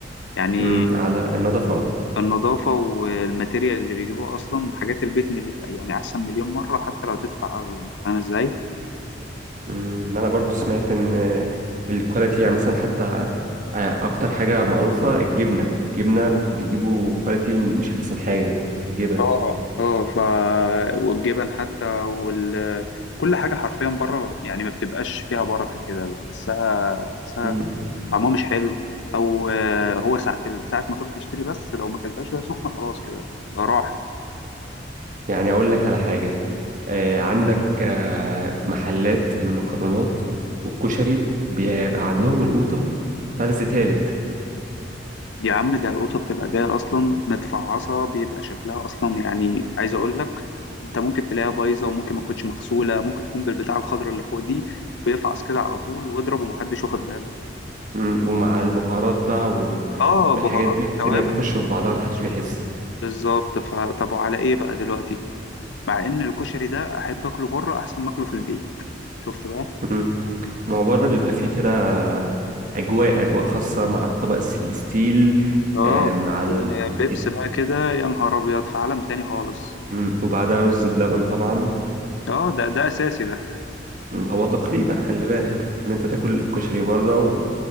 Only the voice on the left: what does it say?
يعني
النظافة والماتيريال اللي بيجيبوه اصلا حاجات البيت مل... يعني احسن مليون مرة حتى لو هتدفع اغلى انت فاهم ازاي؟
اه اه ف والجبن حتى وال كل حاجة حرفيا بره يعني ما بتبقاش فيها بركة كده بتحسها
طعمها مش حلو او آه، هو ساعه ال- ساعه ما تروح تشتري بس لو ما اكلتهاش وهي سخنه خلاص كده ده راحت
يا عم ده القطه بتبقى جايه اصلا متفعصه بيبقى شكلها اصلا يعني عايز اقول لك انت ممكن تلاقيها بايظه وممكن ما تكونش مغسوله ممكن تكون بالبتاع الخضراء اللي فوق دي ويفعص كده على طول واضرب ومحدش واخد باله
اه
بهارات
وتوابل
بالظبط فطب وعلى ايه بقى دلوقتي مع ان الكشري ده احب اكله بره احسن ما اكله في البيت شفت بقى
اه
وبيبس
بقى كده يا نهار ابيض في عالم تاني خالص
اه ده ده اساسي ده